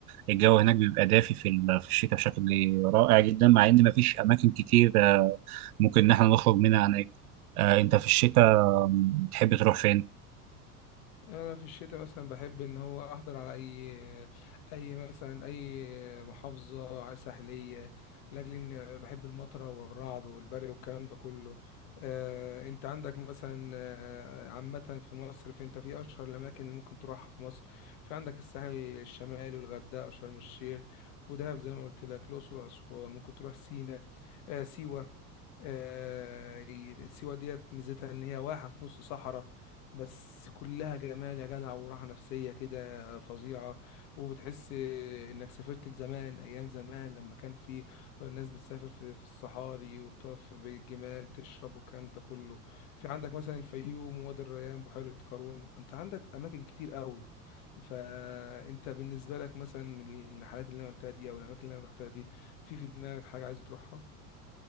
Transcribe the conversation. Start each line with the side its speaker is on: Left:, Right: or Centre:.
Right: الجو هناك بيبقى دافي في ال- في الشتاء بشكل رائع جدا مع إن مفيش أماكن كتير آه، ممكن إن إحنا نخرج منها هناك آه، أنت في الشتاء آه، بتحب تروح فين؟
Left: انا في الشتاء مثلا بحب ان هو احضر على اي اي مثلا اي محافظه على ساحليه لاجل ان بحب المطره والرعد والبرق والكلام ده كله آه، انت عندك مثلا آه، عامه في مصر فانت في اشهر الاماكن اللي ممكن تروحها في مصر في عندك الساحل الشمالي والغردقه وشرم الشيخ ودهب زي ما قلت لك الاقصر واسوان ممكن تروح سينا آه، سيوه آه، ي- سيوة ديت ميزتها ان هي واحة في نص صحراء بس كلها جمال يا جدع وراحة نفسية كده فظيعة وبتحس انك سافرت لزمان ايام زمان لما كان في الناس بتسافر في في الصحاري وبتقف بالجمال تشرب والكلام ده كله في عندك مثلا الفيوم ووادي الريان بحيرة قارون انت عندك اماكن كتير قوي فانت بالنسبة لك مثلا من الرحلات اللي انا قلتها دي او الاماكن اللي انا رحتها دي في في دماغك حاجة عايز تروحها